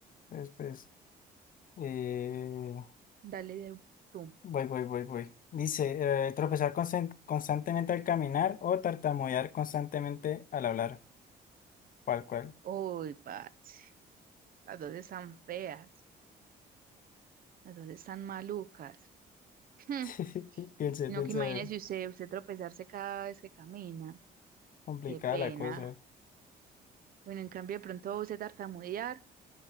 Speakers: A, on the left; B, on the right.
A: Entonces, pues, eh,
B: dale de tú.
A: voy, voy, voy, voy. Dice, eh, tropezar constan- constantemente al caminar o tartamudear constantemente al hablar. ¿Cuál, cuál?
B: Uy, Pats. Las dos están feas. Las dos están malucas. <laughs> Hmm.
A: <laughs> Piense,
B: Sino
A: piense,
B: que imagínese
A: a ver,
B: usted, usted tropezarse cada vez que camina.
A: complicada
B: Qué pena.
A: la cosa.
B: Bueno, en cambio, de pronto usted tartamudear